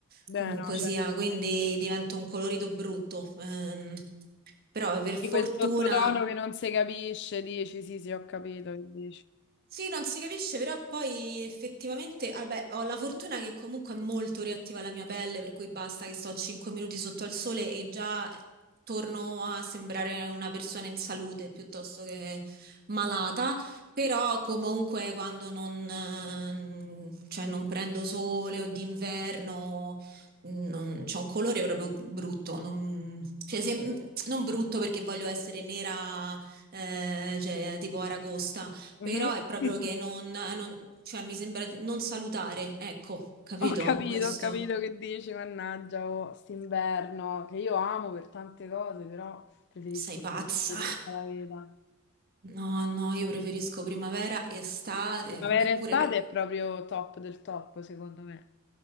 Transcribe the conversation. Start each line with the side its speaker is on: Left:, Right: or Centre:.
Left: Beh,
Right: comunque
Left: no, cioè,
Right: sia, quindi divento un colorito brutto. Ehm, però per fortuna.
Left: di quel sottotono che non si capisce, dici, sì, sì, ho capito che dici.
Right: Sì, non si capisce, però poi effettivamente, ah, beh, ho la fortuna che comunque è molto reattiva la mia pelle, per cui basta che sto 5 minuti sotto al sole e già torno a sembrare una persona in salute piuttosto che malata, però comunque quando non, ehm, cioè non prendo sole o d'inverno non, c'è un colore proprio brutto, non, cioè, se- non brutto perché voglio essere nera, eh, cioè, tipo Aragosta
Left: Mhm.
Right: però è proprio
Left: <laughs>
Right: che non, non- cioè mi sembra di non salutare, ecco, capito?
Left: Ho capito,
Right: Questo.
Left: ho capito che dici, mannaggia, oh, st'inverno, che io amo per tante cose, però preferisco
Right: Sei pazza.
Left: tutta la vita.
Right: No, no, io preferisco primavera, estate,
Left: Primavera
Right: a me pure...
Left: e estate
Right: Pre...
Left: è proprio top del top, secondo me.